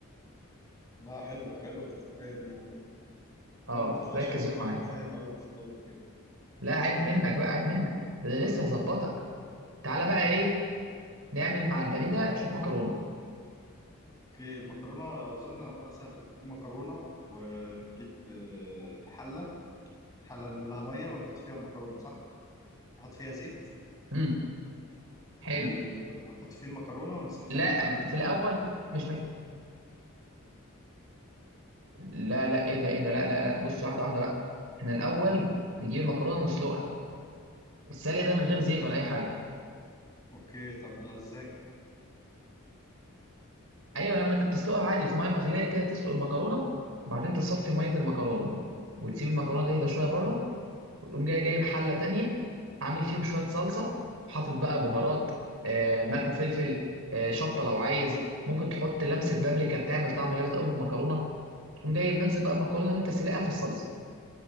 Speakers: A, on the left (about 15°); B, on the right (about 70°).
A: لا حلوه حلوه التبايه دي
B: اه
A: فعلا ما تطلعش
B: ركز
A: غير من
B: بقى
A: واحد
B: معايا
A: فاهم قوي في الطبيخ يعني
B: لا عيب منك بقى عيب منك ده
A: لا
B: انا لسه هظبطك تعالى
A: طب
B: بقى ايه نعمل مع البانيه ده شويه مكرونه
A: اوكي المكرونه اظن امرها سهل بنجيب مكرونه ونجيب آه، الحله حله نملاها ميه ونحط فيها المكرونه صح نحط فيها زيت
B: امم حلو
A: و... ونحط فيه المكرونه ونسخن
B: لا
A: الحله دي
B: في الاول مش محتاج لا لا ايه ده ايه ده لا لا لا بص واحده واحده بقى احنا الاول بنجيب المكرونه نسلقها السلق ده من غير زيت ولا اي حاجه
A: اوكي طب ده ازاي
B: ايوه لما انت بتسلقها عادي في ميه مغليه كده تسلق المكرونه بعدين تصفي ميه المكرونه وتسيب المكرونه تهدى شويه بره وتقوم جاي جايب حله تانية عامل فيهم شويه صلصه حاطط بقى بهارات آه ملح وفلفل آه شطه لو عايز ممكن تحط لمسه بابريكا بتعمل طعم جامد قوي في المكرونه تقوم جاي منزل بقى المكرونه اللي انت سلقها في الصلصه